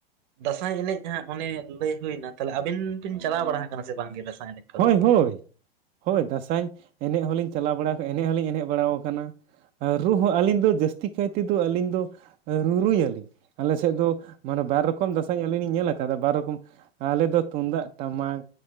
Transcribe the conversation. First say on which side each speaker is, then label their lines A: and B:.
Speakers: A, on the right; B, on the right.
A: ᱫᱟᱸᱥᱟᱭ ᱮᱱᱮᱡ ᱦᱟᱸᱜ ᱚᱱᱮ ᱞᱟᱹᱭ ᱦᱩᱭᱱᱟ ᱛᱟᱞᱦᱮ ᱟᱹᱵᱤᱱ ᱵᱤᱱ ᱪᱟᱞᱟᱣ ᱵᱟᱲᱟ ᱟᱠᱟᱱᱟ ᱥᱮ ᱵᱟᱝᱜᱮ ᱫᱟᱥᱟᱸᱭ ᱮᱱᱮᱡ?
B: ᱦᱚᱭ
A: ᱠᱚᱫᱚ
B: ᱦᱳᱭ ᱦᱳᱭ ᱫᱟᱥᱟᱧ ᱮᱱᱮᱡ ᱦᱚᱸᱞᱤᱧ ᱪᱟᱞᱟᱣ ᱵᱟᱲᱟ ᱠᱟᱱᱟ ᱮᱱᱮᱡ ᱦᱚᱸᱞᱤᱧ ᱮᱱᱮᱡ ᱵᱟᱲᱟ ᱠᱟᱱᱟ ᱟᱨ ᱨᱩ ᱦᱚᱸ ᱟᱹᱞᱤᱧ ᱫᱚ ᱡᱟᱹᱥᱛᱤ ᱠᱟᱭ ᱛᱮᱫᱚ ᱟᱹᱞᱤᱧ ᱫᱚ ᱨᱩᱨᱩᱭᱟᱞᱤᱧ ᱟᱞᱮ ᱥᱮᱫ ᱫᱚ ᱢᱟᱱᱮ ᱵᱟᱨ ᱨᱚᱠᱚᱢ ᱫᱟᱥᱟᱸᱭ ᱟᱹᱞᱤᱧ ᱞᱤᱧ ᱧᱮᱞ ᱟᱠᱟᱫᱟ ᱵᱟᱨ ᱨᱚᱠᱚᱢ ᱟᱞᱮ ᱫᱚ ᱛᱩᱢᱫᱟᱜ, ᱴᱟᱢᱟᱠ,